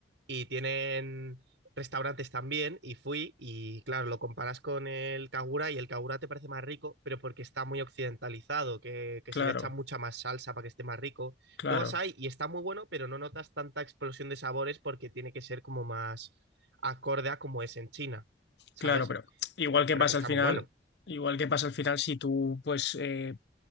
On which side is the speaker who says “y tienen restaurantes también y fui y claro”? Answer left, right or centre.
Right